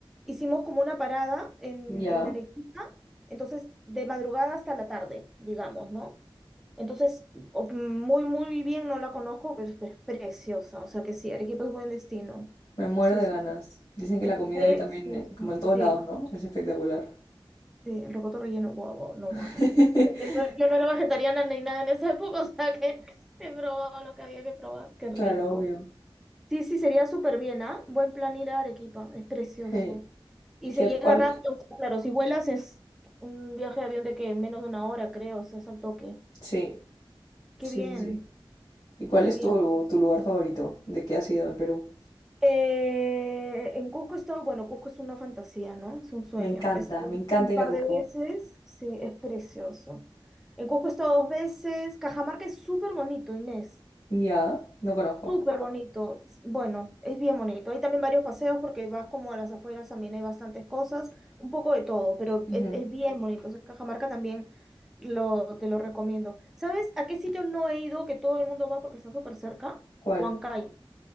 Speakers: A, in the centre; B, on the left (about 55°).
A: hicimos como una parada en,
B: ya.
A: en Arequipa, entonces de madrugada hasta la tarde, digamos, ¿no? Entonces, o- muy, muy bien, no la conozco, pero es, pero es preciosa, o sea que sí, Arequipa es buen destino.
B: Me muero
A: Sí,
B: de
A: sí,
B: ganas. Dicen que
A: es
B: la comida
A: precioso,
B: ahí también, eh, como en todos
A: sí.
B: lados, ¿no? Es espectacular.
A: Sí, el rocoto relleno, guau, guau, no,
B: <laughs>
A: bueno. Yo no yo no era vegetariana ni nada en esa época, <laughs> o sea que he probado lo que había que probar, qué rico.
B: Claro, obvio.
A: Sí, sí, sería súper bien, ¿ah? Buen plan ir a Arequipa, es precioso.
B: Hey,
A: Y
B: ¿qué
A: se
B: ot-
A: llega
B: cuál?
A: rápido, o sea, claro, si vuelas es un viaje de avión de que menos de una hora, creo, o sea, es al toque.
B: Sí,
A: Qué
B: sí,
A: bien,
B: sí, sí. ¿Y cuál
A: qué
B: es
A: bien.
B: tu, tu lugar favorito? ¿De qué has ido en Perú?
A: Eh, en Cusco he estado, bueno, Cusco es una fantasía, ¿no? Es un sueño.
B: Me encanta,
A: He estado
B: me encanta
A: un
B: ir
A: par
B: a Cusco.
A: de veces, sí, es precioso. En Cusco he estado dos veces. Cajamarca es súper bonito, Inés.
B: Ya, no conozco.
A: Súper bonito. Bueno, es bien bonito. Hay también varios paseos porque vas como a las afueras, también hay bastantes cosas, un poco de todo, pero
B: Ujú.
A: es, es bien bonito. O sea, Cajamarca también lo, te lo recomiendo. ¿Sabes a qué sitio no he ido que todo el mundo va porque está súper cerca?
B: ¿Cuál?
A: Huancayo.